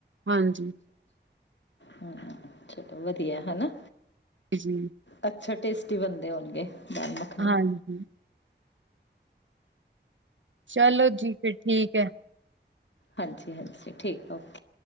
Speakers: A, on the right; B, on the left.
A: ਹਾਂਜੀ
B: ਹੂੰ ਚਲੋ ਵਧੀਆ ਹਨਾ
A: ਜੀ
B: ਅੱਛਾ ਟੇਸਟੀ ਬਣਦੇ ਹੋਣਗੇ ਦਾਲ ਮੱਖਣੀ
A: ਹਾਂਜੀ ਚਲੋ ਜੀ ਫਿਰ ਠੀਕ ਹੈ
B: ਹਾਂਜੀ ਹਾਂਜੀ ਠੀਕ ਓਕੇ